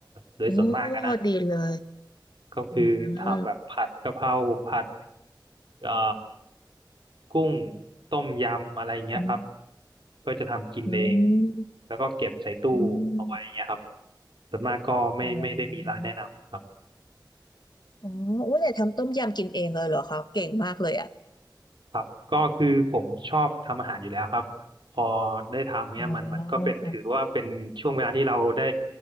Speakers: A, on the right (about 75°); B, on the left (about 60°).
A: โดยส่วนมากอะนะ
B: โอ้ดีเลย
A: ก็คือทำแบบผัดกะเพราผัด
B: อืม
A: เอ่อกุ้งต้มยำอะไรเงี้ยครับ
B: อืม
A: ก็จะทำกินเอง
B: อืม
A: แล้วก็เก็บใส่ตู้เอาไว้เงี้ยครับ
B: อืม
A: ส่วนมากก็ไม่ไม่ได้มีร้านแนะนำครับ
B: อ๋ออ๋อโอ้ยแต่ทำต้มยำกินเองเลยเหรอคะเก่งมากเลยอ่ะ
A: ครับก็คือผมชอบทำอาหารอยู่แล้วครับพอได้ทำเนี้ยมันมันก็เป็นถือว่าเป็นช่วงเวลาที่เราได้
B: อ๋อค่ะ